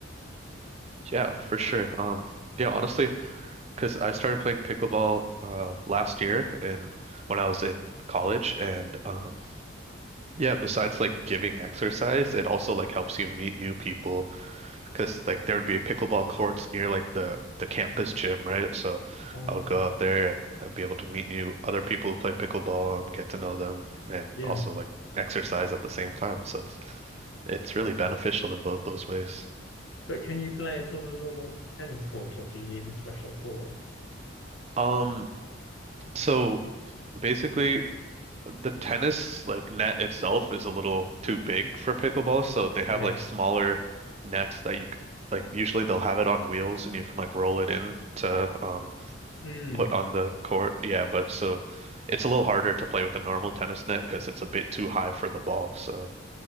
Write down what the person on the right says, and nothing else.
Yeah, for sure. Um, yeah, honestly, Because I started playing pickleball uh, last year and when I was in college and um, yeah, besides like giving exercise, it also like helps you meet new people because like there would be pickleball courts near like the the campus gym, right? So
I would go out there and, and be able to meet new other people who play pickleball and get to know them and
also like exercise at the same time. So it's it's really beneficial in both those ways.
Um, so basically the tennis like net itself is a little too big for pickleball, so they have
like smaller nets that you c- like usually they'll have it on wheels and you can like roll it in to um
put on the court. Yeah, but so it's a little harder to play with the normal tennis net because it's a bit too high for the ball. So